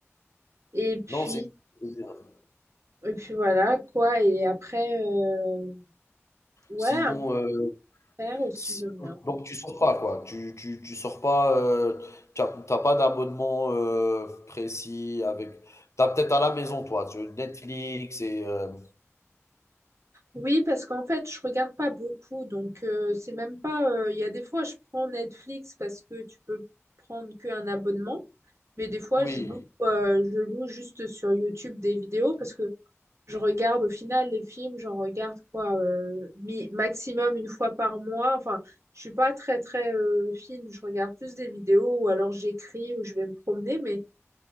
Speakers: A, on the right (about 70°); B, on the left (about 70°).
A: Et puis,
B: Non, c'est c'est bien.
A: et puis voilà quoi. Et après, euh, ouais,
B: Sinon,
A: un peu
B: heu,
A: de faire aussi,
B: si
A: j'aime bien.
B: donc donc tu sors pas quoi? Tu tu tu sors pas, heu, tu as pas d'abonnement, heu, précis avec t'as peut-être à la maison toi, tu Netflix et hem
A: Oui, parce qu'en fait, je regarde pas beaucoup, donc euh, c'est même pas. euh, Il y a des fois, je prends Netflix parce que tu peux prendre qu'un abonnement, mais des fois,
B: oui,
A: je loue, euh, je loue juste sur YouTube des vidéos parce que je regarde au final les films, j'en regarde quoi, euh, mi- maximum une fois par mois. Enfin, je suis pas très très euh, film, je regarde plus des vidéos ou alors j'écris ou je vais me promener, mais